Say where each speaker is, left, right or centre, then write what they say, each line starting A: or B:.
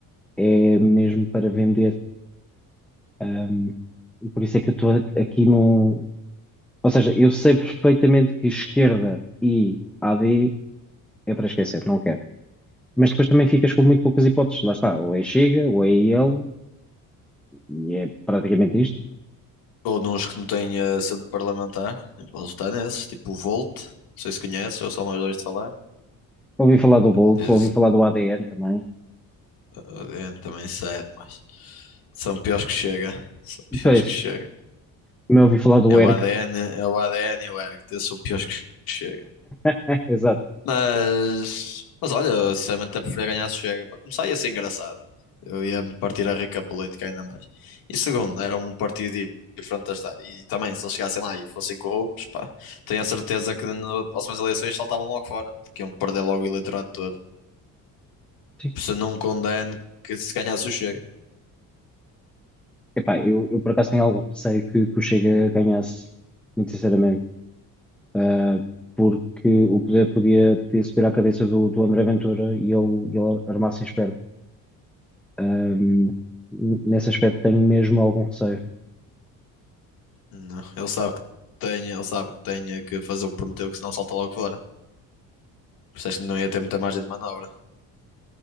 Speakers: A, in the centre; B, on the left (about 80°).
A: é mesmo para vender. Ahm, e por isso é que eu estou aqui num. Ou seja, eu sei perfeitamente que esquerda e AD é para esquecer, não quero. mas depois também ficas com muito poucas hipóteses. Lá está, ou é Chega, ou é ele, e é praticamente isto.
B: Ou nos que não têm eh, assento parlamentar, nem posso votar nesses, tipo o Volt, não sei se conheces, ou só uma vez ouviste falar.
A: Ouvi falar do Volt,
B: Tens,
A: ouvi falar do ADN também.
B: O ADN também cede, mas são piores que chega. São piores
A: Pois,
B: que chega.
A: também ouvi falar do
B: É
A: ERCT.
B: o ADN, é o ADN e o ergo. são piores que chega.
A: <laughs> Exato.
B: Mas, mas olha, sinceramente até preferia ganhar se chega. Para começar ia ser engraçado. Eu ia me partir a rica política ainda mais. E segundo, era um partido di- diferente de estar. E também, se eles chegassem lá e fossem corruptos, pá, tenho a certeza que nas próximas eleições saltavam logo fora, porque iam perder logo o eleitorado todo.
A: Sim.
B: Por isso eu não condeno que se ganhasse o Chega.
A: Epá, eu, eu por acaso tenho algum receio que, que o Chega ganhasse, muito sinceramente, Ah, porque o poder podia, podia subir à cabeça do, do André Ventura e ele, ele armasse em esperto. Ahm, nesse aspecto tenho mesmo algum receio.
B: Não, ele sabe que tem, ele sabe que tenha que fazer o que prometeu, que senão salta logo fora. Por isso acho que não ia ter muita margem de manobra.